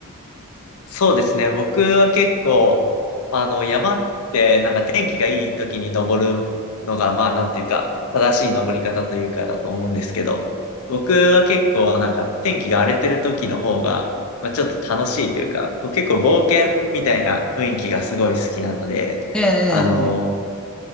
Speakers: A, on the left (about 70°); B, in the centre.
A: そうですね。僕は結構、あの、山ってなんか天気がいい時に登るのが、まあなんていうか、正しい登り方というかだと思うんですけど、僕は結構なんか天気が荒れてる時の方が、まあちょっと楽しいというか、こう結構冒険みたいな雰囲気がすごい好きなので、
B: ええ。ええええええ。
A: あの、